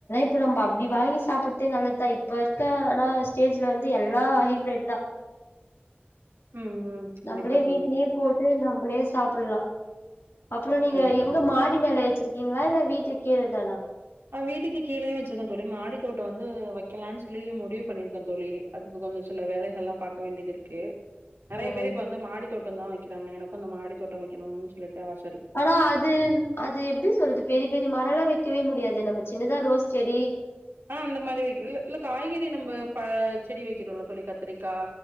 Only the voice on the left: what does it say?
ப்ப நம்ப அப்டி வாங்கி சாப்பிட்டு நல்லதா இப்ப இருக்க ஆனா ஸ்டேஜ்ல வந்து எல்லா ஹைபிரிட் தா
நம்பளே
வீட்லயே போட்டு நம்பளே சாப்லா அப்புற நீங்க
எங்க
மாடி மேல வச்சுருக்கீங்ளா இல்ல வீட்டு கீழதானா
ஓ
ஆனா அது அது எப்டி சொல்றது பெரிய பெரிய மரலா வக்கவே முடியாது து நம்ம சின்னதா ரோஸ் செடி